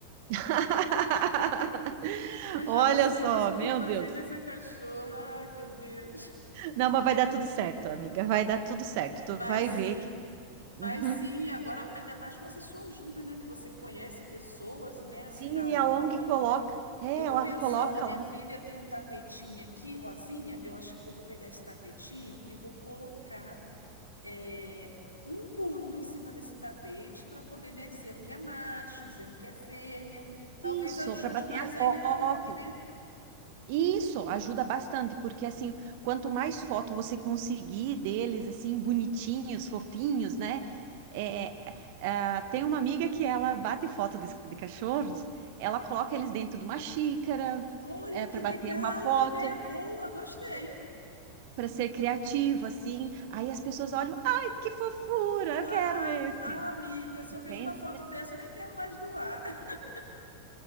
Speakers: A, on the right; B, on the left.
A: <laughs>
B: Eu
A: Olha
B: já não sei
A: só,
B: mais o que
A: meu
B: fazer
A: Deus.
B: com essa cachorra. Ai, meu Deus.
A: Não, mas vai dar tudo certo, amiga. Vai dar tudo certo. Tu
B: Vai
A: vai
B: sim,
A: ver que.
B: vai
A: Uhum.
B: sim. Agora, ainda mais com essa sua ajuda, né? Que você conhece pessoas, né? Assim,
A: Sim,
B: da
A: e
B: ONG.
A: a ONG coloca. É,
B: Eu
A: ela
B: tô pensando,
A: coloca
B: a minha
A: lá.
B: filha tem um tapetinho aqui, rosinha. Eu acho que eu vou pegar esse tapetinho e vou colocar é, um por um em cima desse tapete para poder, né? Dizendo que é macho, dizendo que é fêmea. Talvez
A: Isso,
B: ajude
A: para bater
B: mais
A: a foto.
B: ainda a ONG, né?
A: Isso ajuda bastante, porque assim, quanto mais foto você conseguir deles, assim, bonitinhos, fofinhos, né? É, ah, tem uma amiga que ela bate foto de, de cachorros, ela coloca eles dentro de uma xícara,
B: Olha que
A: para
B: legal,
A: bater uma foto,
B: que ideia boa, gostei.
A: para ser criativo, assim. Aí as pessoas olham, ai, que fofura,
B: Ai,
A: eu quero esse,
B: ah, amiga, se
A: entende?
B: eu vejo uma foto dessa, eu nem quero mais doar. <laughs>